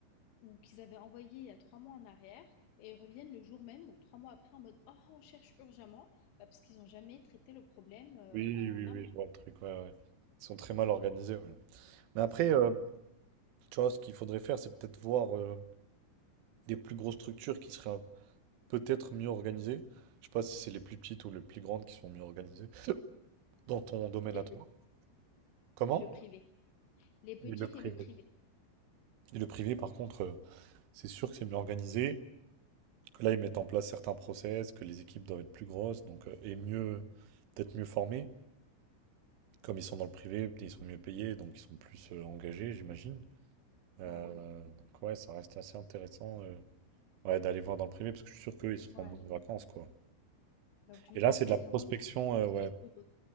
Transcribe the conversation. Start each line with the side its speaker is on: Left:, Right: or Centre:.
Left: ou qu'ils avaient envoyé il y a trois mois en arrière, et reviennent le jour même, donc trois mois après, en mode, oh, on cherche urgemment, bah, parce qu'ils n'ont jamais traité le problème euh,
Right: Oui,
Left: en
Right: oui, oui,
Left: amont.
Right: je vois le truc, ouais, ouais. Ils sont très mal organisés, ouais. Mais après,
Left: Service
Right: euh,
Left: public.
Right: tu vois, ce qu'il faudrait faire, c'est peut-être voir euh, des plus grosses structures qui seraient peut-être mieux organisées. Je sais pas si c'est les plus petites ou les plus grandes qui sont mieux organisées <coughs> dans ton domaine
Left: Les
Right: à toi.
Left: petits
Right: Comment?
Left: et le privé. Les petites
Right: Et le privé.
Left: et le privé.
Right: Et le privé, par contre, euh, c'est sûr que c'est mieux organisé, que là, ils mettent en place certains process, que les équipes doivent être plus grosses, donc, euh, et mieux, peut-être mieux formées. Comme ils sont dans le privé, ils sont mieux payés, donc ils sont plus euh, engagés, j'imagine. Euh,
Left: Ouais,
Right: donc, ouais, ça reste assez intéressant euh, ouais, d'aller voir dans le privé, parce que je suis sûr qu'ils seront
Left: ouais.
Right: en vacances, quoi.
Left: Donc tu me
Right: Et
Left: conseilles
Right: là, c'est de la
Left: vraiment
Right: prospection,
Left: de me concentrer
Right: euh, ouais.
Left: sur le privé.